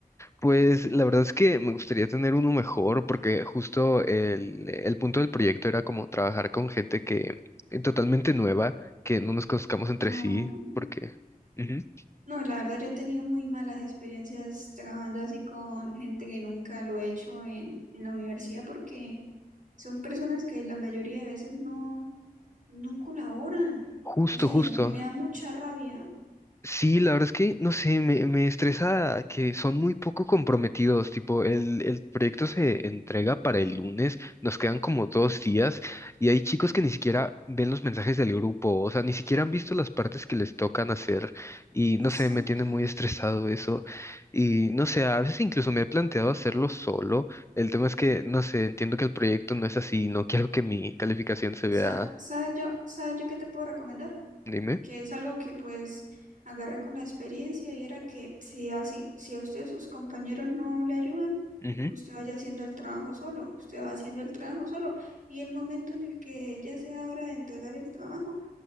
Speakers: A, on the left; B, on the right.
A: Pues la verdad es que me gustaría tener uno mejor porque justo el, el punto del proyecto era como trabajar con gente que eh, totalmente nueva, que no nos conozcamos entre
B: No.
A: sí, porque Ujú.
B: No, la verdad yo he tenido muy malas experiencias trabajando así con gente que nunca lo he hecho en, en la universidad porque son personas que la mayoría de veces no, no colaboran.
A: justo,
B: O sea,
A: justo.
B: y a mí me da mucha rabia.
A: Sí, la verdad es que, no sé, me, me estresa que son muy poco comprometidos, tipo, el, el proyecto se entrega para el lunes, nos quedan como dos días y hay chicos que ni siquiera ven los mensajes del grupo, o sea, ni siquiera han visto las partes que les tocan hacer y,
B: Exacto.
A: no sé, me tiene muy estresado eso y, no sé, a veces incluso me he planteado hacerlo solo, el tema es que, no sé, entiendo que el proyecto no es así, no quiero que mi calificación se
B: Sa-
A: vea,
B: ¿sabes yo, sabes yo qué te puedo recomendar?
A: dime.
B: que es algo que pues agarré con la experiencia y era que si así, si a usted sus compañeros no le ayudan,
A: Ujú.
B: usted vaya haciendo el trabajo solo, usted va haciendo el trabajo solo y el momento en el que ya sea hora de entregar el trabajo